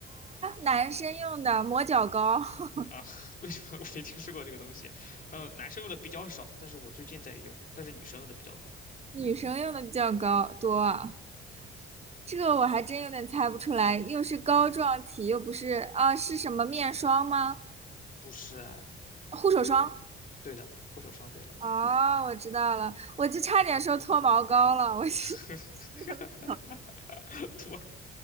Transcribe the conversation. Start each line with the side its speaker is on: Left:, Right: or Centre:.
Right: 男生用的磨脚膏，<laughs>
Left: 啊。<laughs> 为什么我没听说过这个东西？呃，男生用的比较少，但是我最近在用，但是女生用的比较多。
Right: 女生用的比较高多啊。这个我还真有点猜不出来，又是膏状体，又不是啊，是什么面霜吗？
Left: 不是哎，
Right: 护手霜。
Left: 对的，护手霜对了，
Right: 哦，我知道了，我就差点说脱毛膏了，我是
Left: <laughs>
Right: <laughs>
Left: 多